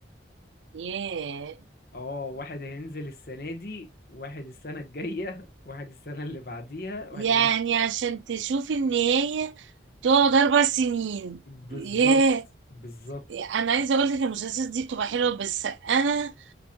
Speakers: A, on the right; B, on the left.
A: ياه
B: اه واحد هينزل السنه دي واحد السنه الجايه واحد السنه اللي بعديها واحد
A: يعني
B: ال-
A: عشان تشوفي النهاية تقعد أربع سنين
B: بالظبط
A: ياه
B: بالظبط
A: أنا عايزة أقولك المسلسلات دي بتبقى حلوة بس أنا